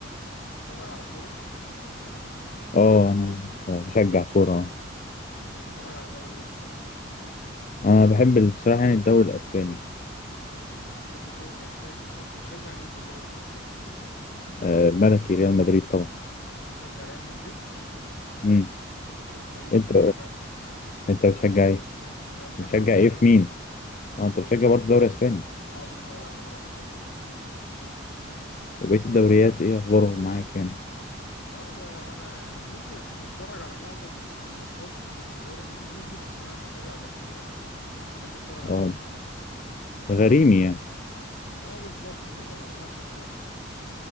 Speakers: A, on the left (about 60°); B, on the left (about 40°).
A: انت بتتفرج على كرة
B: اه انا بشجع كورة آه.
A: بتتفرج على دوري ايه
B: انا بحب ال- بصراحة يعني الدوري الاسباني
A: تحب الدوري الاسباني طب بتشجع مين في الدوري الاسباني
B: آه، الملكي ريال مدريد طبعا
A: بتشجع ريال مدريد
B: امم
A: مو فريق
B: انت
A: كبير فعلا
B: انت بتشجع ايه
A: انا بشجع
B: بتشجع
A: برشلونة
B: ايه في مين اه انت بتشجع برضه الدوري الاسباني
A: اه بتفرج على دوري اسباني برضه
B: وبقية الدوريات ايه اخبارهم معاك يعني
A: لا وانا يعني ممكن اكون بتفرج على معظم الماتشات في الدوري الانجليزي بس انا بتابع برشلونة يعني بحب اتفرج على
B: اه
A: برشلونة
B: غريمي يعني
A: اه بالظبط كده ماتش الكلاسيكو